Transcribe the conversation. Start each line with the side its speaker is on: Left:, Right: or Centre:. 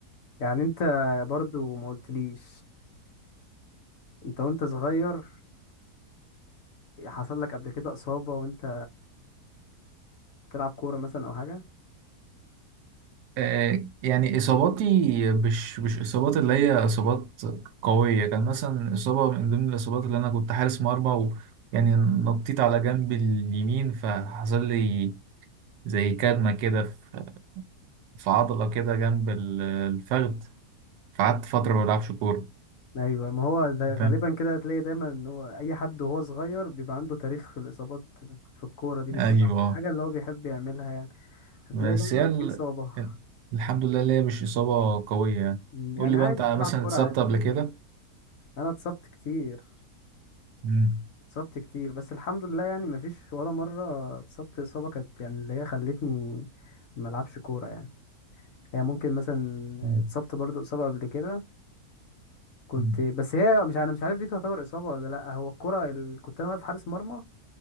Left: يعني انت برضو ما قلتليش انت وانت صغير حصل لك قبل كده اصابه وانت بتلعب كوره مثلا او حاجه
Right: آه، يعني إصاباتي مش مش إصابات اللي هي إصابات قوية كان مثلا إصابة من ضمن الإصابات اللي أنا كنت حارس مرمى ويعني نطيت على جنب اليمين فحصل لي زي كدمة كده في في عضلة كده جنب ال- الفخذ فقعدت فترة ما بلعبش كورة
Left: ايوه ما هو ده غالبا
Right: فاهم
Left: كده هتلاقي دايما ان هو اي حد وهو صغير بيبقى عنده تاريخ في الاصابات في الكوره دي بالذات
Right: أيوه
Left: او في الحاجه اللي هو بيحب يعملها يعني هتلاقي
Right: بس
Left: دايما
Right: هي ال...
Left: في اصابه
Right: الحمد لله اللي هي مش إصابة قوية يعني
Left: مم،
Right: قول
Left: يعني
Right: لي
Left: عادي
Right: بقى أنت
Left: بتلعب
Right: مثلا
Left: كوره
Right: اتصبت
Left: عادي
Right: قبل كده؟
Left: انا اتصبت كتير
Right: مم.
Left: اتصبت كتير بس الحمد لله يعني مفيش ولا مره اتصبت اصابه كانت يعني اللي هي خلتني ما العبش كوره يعني هي ممكن مثلا
Right: مم.
Left: اتصبت برضو اصابه قبل كده كنت
Right: مم.
Left: بس هي مش انا مش عارف دي تعتبر اصابه ولا لا هو الكوره ال... كنت انا واقف حارس مرمى